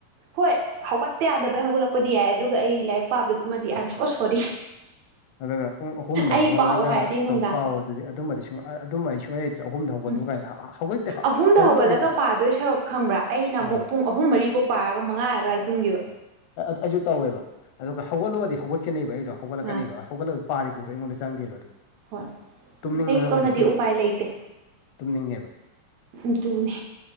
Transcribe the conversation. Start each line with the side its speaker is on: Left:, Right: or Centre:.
Right: ꯍꯣꯏ ꯍꯧꯒꯠꯇꯄ ꯌꯥꯗꯕꯩ ꯍꯧꯒꯠꯂꯛꯄꯗꯤ ꯌꯥꯏ ꯑꯗꯨꯒ ꯑꯩ ꯂꯥꯏꯔꯤꯛ ꯄꯥꯕꯗꯨꯃꯗꯤ ꯑꯥꯏ ꯑꯦꯝ ꯁꯣ ꯁꯣꯔꯤ
Left: ꯑꯗꯨꯒ ꯄꯨꯡ ꯑꯍꯨꯝꯗ
Right: ꯑꯩ
Left: ꯍꯧꯒꯠꯂꯒ
Right: ꯄꯥꯎ ꯍꯥꯏꯔꯗꯤ ꯅꯨꯡꯗꯥꯡ
Left: ꯇꯣ ꯄꯥꯎ ꯑꯗꯨꯗꯤ ꯑꯗꯨꯃꯗꯤ ꯁꯨꯡ ꯑꯗꯨꯃ ꯑꯩ ꯁꯨꯡꯂꯩ ꯑꯍꯨꯝꯗ ꯍꯧꯒꯠꯂꯨ
Right: ꯎꯝ
Left: ꯀꯥꯏꯅ ꯍꯧꯒꯠꯇꯦ
Right: ꯑꯍꯨꯝꯗ
Left: ꯍꯧꯒꯠꯂꯨꯔꯗꯤ
Right: ꯍꯧꯒꯠꯂꯒ ꯄꯥꯗꯣꯏ ꯁꯔꯨꯛ ꯈꯪꯕ꯭ꯔꯥ ꯑꯩꯅ ꯑꯃꯨꯛ
Left: ꯑ
Right: ꯄꯨꯡ ꯑꯍꯨꯝ ꯃꯔꯤꯐꯧ ꯄꯥꯔꯒ ꯃꯉꯥ ꯑꯗꯨꯋꯥꯏ ꯇꯨꯝꯒꯤꯕ
Left: ꯑꯩꯁꯨ ꯇꯧꯋꯦꯕ ꯑꯗꯨꯒ ꯍꯧꯒꯠꯂꯛꯑꯣꯗꯤ ꯍꯧꯒꯠꯂꯛꯀꯅꯤꯕ ꯑꯩꯗꯣ ꯍꯧꯒꯠꯂꯛꯀꯅꯦꯕ
Right: ꯑꯥ
Left: ꯍꯧꯒꯠꯂꯗꯤ ꯄꯥꯔꯤ ꯄꯣ ꯇꯣ ꯑꯗꯣ ꯑꯩ ꯉꯣꯟꯗ ꯆꯪꯗꯦꯕ ꯑꯗꯨ
Right: ꯍꯣꯏ
Left: ꯇꯨꯝꯅꯤꯡꯉ
Right: ꯑꯌꯨꯛ
Left: ꯑꯣꯏꯅ
Right: ꯑꯃꯗꯤ ꯎꯄꯥꯏ ꯂꯩꯇꯦ
Left: ꯇꯨꯝꯅꯤꯡꯉꯦꯕ
Right: ꯑꯗꯨꯅꯦ